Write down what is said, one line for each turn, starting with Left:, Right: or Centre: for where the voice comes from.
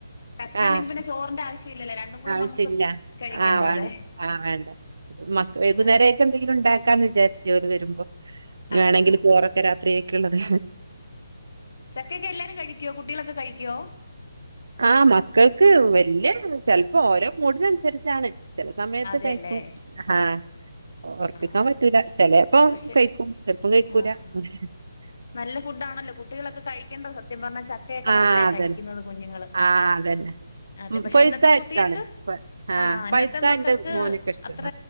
Left: ചക്ക ഉണ്ടെങ്കി
Right: ആഹ്
Left: പിന്നെ ചോറിന്റെ ആവശ്യം ഇല്ലല്ലോ രണ്ടും കൂടെ
Right: ആവശ്യമില്ല
Left: നമുക്ക് കഴിക്കണ്ട
Right: ആ വേണ്ട
Left: അതെ
Right: ആ വേണ്ട വൈകുന്നേരൊക്കെ
Left: അതെ
Right: എന്തെങ്കിലും ഉണ്ടാ ക്കാന്ന് വിചാരിച്ചു ഓര് വരുമ്പോ നി
Left: ആഹ്
Right: വേണെങ്കിൽ
Left: ആഹ്
Right: ചോറൊക്കെ രാത്രിയൊക്കെള്ളത്
Left: ചക്കേക്കെ എല്ലാരും കഴിക്കുവോ കുട്ടികളൊക്കെ കഴിക്കുവോ
Right: ആ മക്കൾക്ക് വല്യ ചെലപ്പോ ഓരോ മൂടിനനുസരിച്ചാണ് ചെല സമയത്ത്
Left: അതെല്ലേ
Right: കഴിക്കും ആഹ് ഉറപ്പിക്കാൻ
Left: ആഹ്
Right: പറ്റൂല ചെല പ്പോ
Left: പക്ഷെ
Right: കൈക്കും <unintelligible>
Left: ആഹ് നല്ല ഫുഡ് ആണല്ലോ കുട്ടികളൊക്കെ കഴിക്കേണ്ട സത്യം പറഞ്ഞാ ച ചക്കേക്കെ
Right: ആ
Left: നല്ലെയാ
Right: അതന്നെ
Left: കഴിക്കുന്നത് കുഞ്ഞുങ്ങള്
Right: ആ അതന്നെ
Left: അതെ
Right: ഉം
Left: പക്ഷെ
Right: പഴുത്ത
Left: ഇന്നത്തെ കുട്ടികൾക്ക്
Right: ഇഷ്ടാണ് പ-
Left: ആ ഇന്നത്തെ
Right: പഴുത്ത
Left: മക്കൾക്ക്
Right: എന്റെ മോനൊക്കെ ഇഷ്ടാ
Left: അത്ര